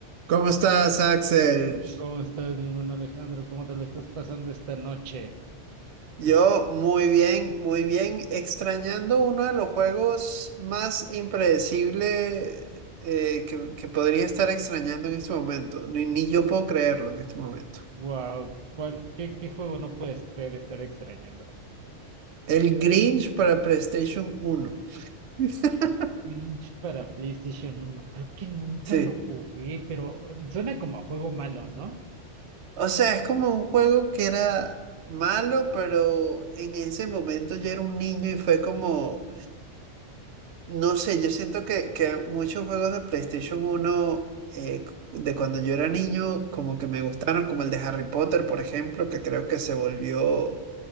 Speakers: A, on the right; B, on the right.
A: ¿Cómo estás, Axel?
B: ¿Cómo estás, mi hermano Alejandro? ¿Cómo te lo estás pasando esta noche?
A: Yo muy bien, muy bien, extrañando uno de los juegos más impredecible eh, que, que podría estar extrañando en este momento. Ni, ni yo puedo creerlo en este momento.
B: Wow, ¿cuál, qué, qué juego no puedes creer estar extrañando?
A: El Grinch para PlayStation uno. <laughs>
B: El Clinch para PlayStation uno. Creo que nunca
A: Sí.
B: lo jugué, pero eh, suena como a juego malo, ¿no?
A: O sea, es como un juego que era malo, pero en ese momento yo era un niño y fue como, No sé, yo siento que, que muchos juegos de PlayStation uno eh, de cuando yo era niño como que
B: Ajá.
A: me gustaron, como el de Harry Potter, por ejemplo, que creo que se volvió